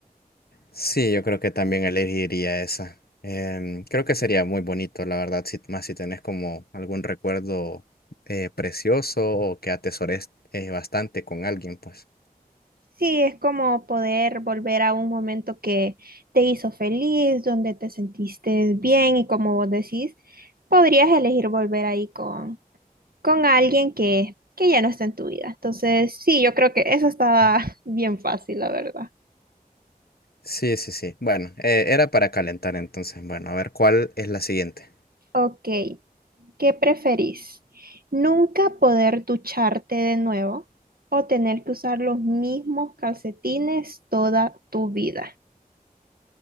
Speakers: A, on the left (about 85°); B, on the right (about 75°).
A: Sí, yo creo que también elegiría esa. Em, creo que sería muy bonito, la verdad, si- más si tenés como algún recuerdo eh, precioso o que atesores eh, bastante con alguien, pues.
B: Sí, es como poder volver a un momento que te hizo feliz, donde te sentiste bien y como vos decís, podrías elegir volver ahí con con alguien que, que ya no está en tu vida. Entonces, sí, yo creo que eso está <laughs> bien fácil, la verdad.
A: Sí, sí, sí. Bueno, eh, era para calentar entonces. Bueno, a ver cuál es la siguiente.
B: Ok, ¿qué preferís? ¿Nunca poder ducharte de nuevo o tener que usar los mismos calcetines toda tu vida?